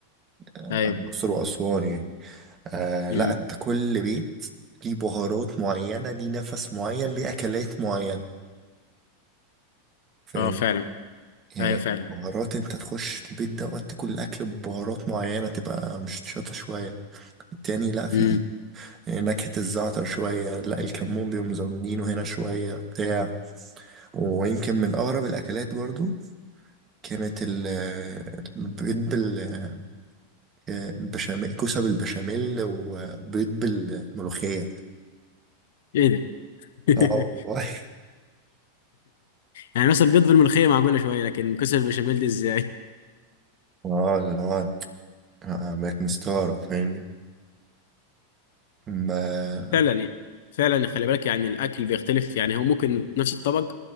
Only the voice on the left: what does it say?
ايوه
مم.
اه فعلا
ايوه فعلا
مم.
ايه ده <laughs>
يعني مثلا بيض بالملوخيه معقوله شويه لكن كسر البشاميل دي ازاي
فعلا يعني- فعلا خلي بالك يعني الاكل بيختلف يعني هو ممكن نفس الطبق